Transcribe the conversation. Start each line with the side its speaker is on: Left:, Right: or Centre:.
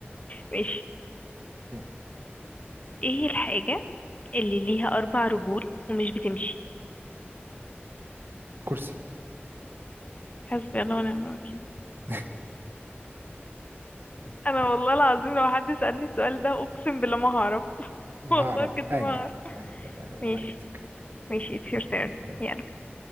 Left: ماشي
Right: يلا
Left: ايه الحاجة اللي ليها اربع رجول ومش بتمشي
Right: كرسي
Left: حسبي الله ونعم الوكيل
Right: <laughs>
Left: انا والله العظيم لو حد سألني السؤال ده اقسم بالله ما هعرف <laughs>
Right: ما
Left: والله
Right: اعرف
Left: بجد
Right: عادي
Left: ما هعرف
Right: يعني يعني والله والله
Left: ماشي
Right: اتس اوكي
Left: ماشي
Right: اتس اوكي
Left: it's your turn
Right: دونت
Left: يلا